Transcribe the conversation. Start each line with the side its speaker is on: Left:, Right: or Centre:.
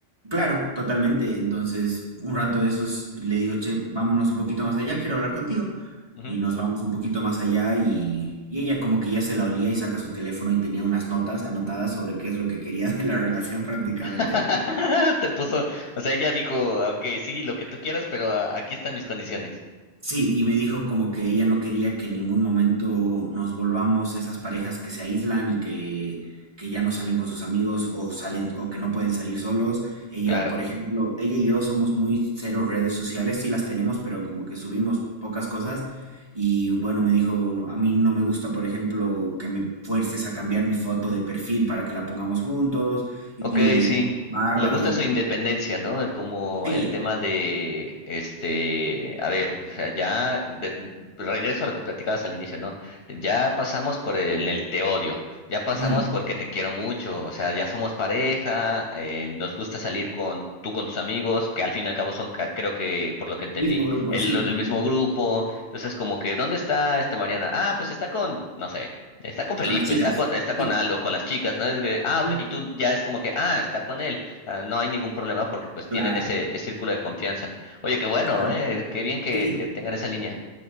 Right: Claro, totalmente. Entonces, un rato de esos le digo, che, vámonos un poquito más allá, quiero hablar contigo.
Left: Ujú.
Right: Y nos vamos un poquito más allá y, y ella como que ya se la olía y saca su teléfono y tenía unas notas anotadas sobre qué es lo que quería de la <laughs> relación prácticamente.
Left: <laughs> Te puso, o sea, ella dijo, ok, sí, lo que tú quieras, pero ah, aquí están mis condiciones.
Right: Sí, y me dijo como que ella no quería que en ningún momento nos volvamos esas parejas que se aíslan y que, que ya no salen con sus amigos o salen o que no pueden salir solos. Ella,
Left: Claro.
Right: por ejemplo, ella y yo somos muy cero redes sociales, sí las tenemos, pero como que subimos pocas cosas. Y bueno, me dijo, a mí no me gusta, por ejemplo, que me fuerces a cambiar mi foto de perfil para que la pongamos juntos. Y
Left: Ok,
Right: yo le dije,
Left: sí.
Right: pues, bárbaro.
Left: Le gusta
Right: Y,
Left: su independencia, ¿no? Como
Right: sí,
Left: el tema de, este, a ver, o sea, ya de- regreso a lo que platicabas al inicio, ¿no? Ya pasamos por el, el te odio, ya pasamos
Right: mm,
Left: porque te quiero mucho, o sea, ya somos pareja, eh, nos gusta salir con tú con tus amigos, que al fin y al cabo son, ca- creo que por lo que entendí,
Right: mismo grupo,
Left: el,
Right: sí,
Left: lo- el mismo grupo, entonces como que, ¿dónde está esta Mariana? Ah, pues está con, no sé. Está con Felipe,
Right: con las chicas.
Left: está con, está con
Right: Sí.
Left: Aldo, con las chicas, ¿no? Es que, ah, ok,
Right: mm.
Left: y tú ya es como que, ah, está con él, ah, no hay ningún problema porque pues tienen
Right: Claro,
Left: ese, ese círculo de confianza. Oye, qué bueno,
Right: claro,
Left: eh, qué bien que,
Right: sí.
Left: que tengan esa línea,